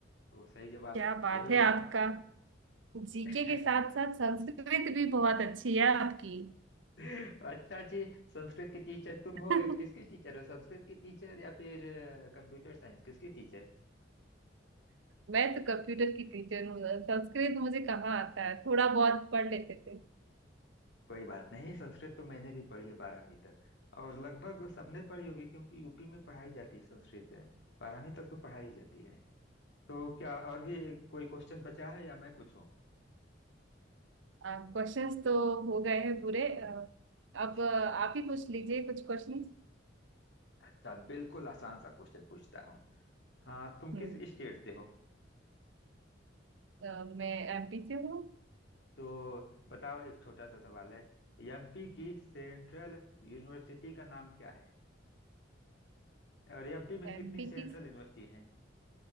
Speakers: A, on the left; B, on the right.
A: तो सही जवाब
B: क्या बात
A: यही
B: है
A: हुआ
B: आपका जीके
A: <laughs>
B: के साथ साथ संस्कृत भी बहुत अच्छी है आपकी
A: अच्छा जी संस्कृत की टीचर तुम हो
B: <laughs>
A: किसकी टीचर हो संस्कृत की टीचर या फिर कंप्यूटर साइंस किसकी टीचर
B: मैं तो कंप्यूटर की टीचर हूँ संस्कृत मुझे कहाँ आता है थोड़ा बहुत पढ़ लेते थे
A: कोई बात नहीं संस्कृत तो मैंने भी पढ़ी है बारहवीं तक और लगभग सबने पढ़ी होगी क्योंकि यूपी में पढ़ाई जाती है संस्कृत बारहवीं तक तो पढ़ाई जाती है तो क्या और भी कोई क्वेश्चन बचा है या मैं पूछूं
B: क्वेश्चंस तो हो गए हैं पूरे अ, अब अ, आप ही पूछ लीजिए कुछ क्वेश्चन
A: अच्छा बिल्कुल आसान सा क्वेश्चन पूछता हूँ हाँ तुम
B: हम्म
A: किस स्टेट से हो
B: अ, मैं एमपी से हूँ
A: तो बताओ एक छोटा सा सवाल है एमपी की सेंट्रल यूनिवर्सिटी का नाम क्या है और एमपी में
B: एमपी
A: कितनी सेंट्रल
B: की
A: यूनिवर्सिटी हैं